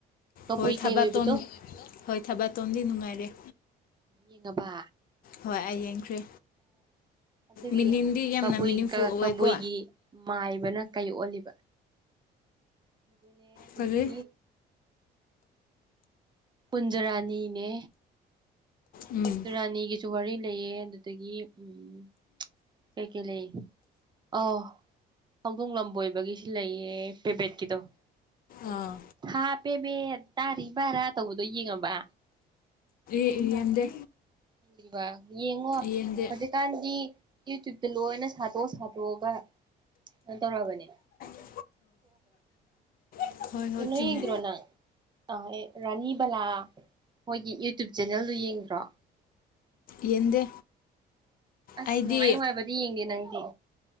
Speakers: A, on the right (about 25°); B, on the left (about 60°).
A: ꯀꯕꯨꯏ
B: ꯍꯣꯏ ꯊꯕꯥꯇꯣꯟ
A: ꯀꯩ ꯑꯣꯏꯕꯗꯣ
B: ꯍꯣꯏ ꯊꯕꯥꯇꯣꯟꯗꯤ ꯅꯨꯡꯉꯥꯏꯔꯦ
A: ꯌꯦꯡꯉꯕꯥ
B: ꯍꯣꯏ ꯑꯩ ꯌꯦꯡꯈ꯭ꯔꯦ
A: ꯑꯗꯨꯒꯤ
B: ꯃꯤꯅꯤꯡꯗꯤ ꯌꯥꯝꯅ
A: ꯀꯕꯨꯏ
B: ꯃꯤꯅꯤꯡꯐꯨꯜ ꯑꯣꯏꯌꯦꯀꯣ
A: ꯀꯕꯨꯏꯒꯤ ꯃꯥꯏꯕꯅ ꯀꯩ ꯑꯣꯜꯂꯤꯕ ꯑꯗꯨꯅꯦ ꯑꯗꯨꯗꯒꯤ
B: ꯀꯔꯤ
A: ꯀꯨꯟꯖꯔꯥꯅꯤꯅꯦ
B: ꯎꯝ
A: ꯀꯨꯟꯖꯔꯥꯅꯤꯒꯤꯁꯨ ꯋꯥꯔꯤ ꯂꯩꯌꯦ ꯑꯗꯨꯗꯒꯤ ꯎꯝ <unintelligible> ꯀꯩ ꯀꯩ ꯂꯩ ꯑꯣꯍ ꯍꯧꯗꯣꯡ ꯂꯝꯕꯣꯏꯕꯒꯤꯁꯤ ꯂꯩꯌꯦ ꯄꯦꯕꯦꯠꯀꯤꯗꯣ
B: ꯑꯥ
A: ꯍꯥ ꯄꯦꯕꯦꯠ ꯇꯥꯔꯤ ꯕꯥꯔꯥ ꯇꯧꯕꯗꯣ ꯌꯦꯡꯉꯕ
B: ꯑꯦꯍ ꯌꯦꯟꯗꯦ
A: ꯌꯦꯡꯗ꯭ꯔꯤꯕꯥ ꯌꯦꯡꯉꯣ
B: ꯌꯦꯡꯗꯦ
A: ꯍꯧꯖꯤꯛ__ ꯀꯥꯟꯗꯤ ꯌꯨꯇ꯭ꯌꯨꯕꯇ ꯂꯣꯏꯅ ꯁꯥꯗꯣꯛ ꯁꯥꯗꯣꯛꯑꯒ ꯀꯩꯟ ꯇꯧꯑꯔꯕꯅꯦ
B: <unintelligible> ꯑꯣ <unintelligible>
A: ꯀꯩꯅꯣ
B: ꯆꯨꯝꯃꯦ
A: ꯌꯦꯡꯗ꯭ꯔꯣ ꯅꯪ ꯑ ꯑꯦ ꯔꯥꯅꯤ ꯕꯂꯥ ꯃꯣꯏꯒꯤ ꯌꯨꯇ꯭ꯨꯞ ꯆꯦꯅꯦꯜꯗꯨ ꯌꯦꯡꯗ꯭ꯔꯣ
B: ꯌꯦꯡꯗꯦ
A: ꯑꯁ
B: ꯑꯩꯗꯤ
A: ꯅꯨꯡꯉꯥꯏ ꯅꯨꯡꯉꯥꯏꯕꯗꯤ ꯌꯦꯡꯗꯦ ꯅꯪꯗꯤ